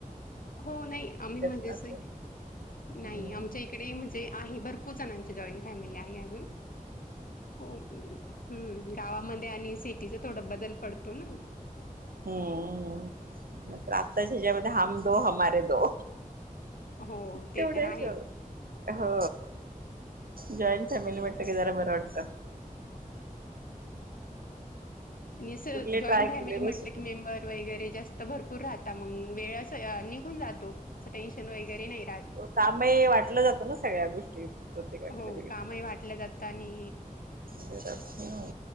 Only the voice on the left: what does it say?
हो नाही, आम्ही म्हणजे
असे
नाही आमच्या इकडे म्हणजे आहे भरपूर जणांची जॉईंट फॅमिली आहे अजून. हो हम्म गावामध्ये आणि सिटीचा थोड बदल पडतो ना
हो ते
तर आहेच
आणि
जॉईंट
फॅमिली
म्हटलं
की मेंबर वगैरे जास्त भरपूर राहता मग वेळच निघून जातो टेन्शन वगैरे नाही राहत.
हो कामही वाटल्या जात आणि